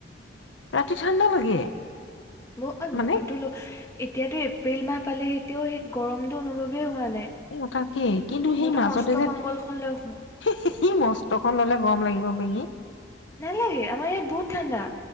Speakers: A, on the left; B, on the left.
A: ৰাতি ঠাণ্ডা লাগে।
B: ব অ
A: মানে
B: মইতো ল এতিয়াতো এপ্ৰিল মাহ পালে এতিয়াও সেই গৰমটো অনুভৱেই হোৱা নাই
A: এইথাকেই কিন্তু সেই
B: মইতো
A: মাজতে
B: মস্ত
A: যে
B: কম্বলখন
A: সি,
B: লৈ শুওঁ
A: সি, সি মস্তখন ল'লে। গৰম লাগিব বেহি।
B: নালাগে আমাৰ ইয়াত বহুত ঠাণ্ডা।